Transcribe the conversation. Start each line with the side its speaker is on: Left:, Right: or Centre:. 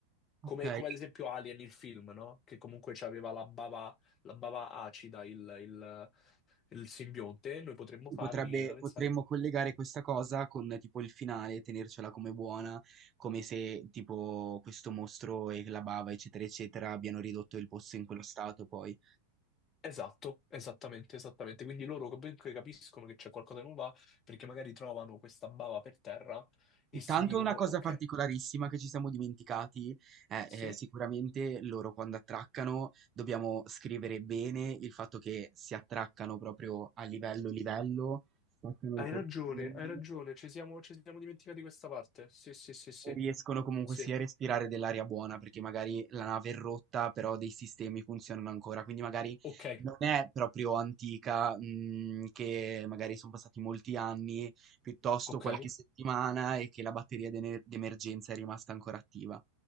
Left: Come,
Right: okay.
Left: come ad esempio Alien, il film, no? Che comunque aveva la bava, la bava acida, il, il, il simbionte. Noi potremmo fare,
Right: Potrebbe
Left: mi viene da pensare,
Right: potremmo collegare questa cosa con tipo il finale, tenercela come buona, come se tipo questo mostro e la bava, eccetera, eccetera, abbiano ridotto il posto in quello stato poi.
Left: Esatto, esattamente, esattamente. Quindi loro comunque capiscono che c'è qualcosa che non va perché magari trovano questa bava per terra e
Right: Intanto
Left: si dicono:
Right: una cosa
Left: Ok,
Right: particolarissima che ci siamo dimenticati è,
Left: sì,
Right: eh,
Left: hai
Right: sicuramente loro quando attraccano dobbiamo scrivere bene il fatto che si attraccano proprio a livello livello, spaccano il portone,
Left: ragione, hai ragione, ci siamo, ci siamo dimenticati questa parte. Sì, sì, sì, sì,
Right: Riescono comunque
Left: sì.
Right: sia a respirare dell'aria buona, perché magari la nave è rotta, però dei sistemi funzionano ancora, quindi magari
Left: Ok,
Right: non è proprio antica, mhmm, che magari son passati molti anni, piuttosto
Left: ok.
Right: qualche settimana e che la batteria d'ener d'emergenza è rimasta ancora attiva.